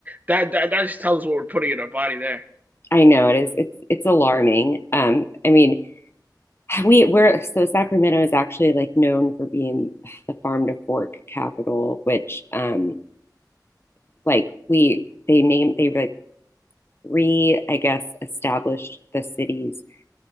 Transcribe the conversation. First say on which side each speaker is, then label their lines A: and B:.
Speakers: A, on the right; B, on the left.
A: that that that just tells us what we're putting in our body there.
B: I know it is. It's it's alarming. Um, I mean, <sighs> we we're so Sacramento is actually like known for being <sighs> the farm to fork capital, which um like we they named they like re I guess established the city's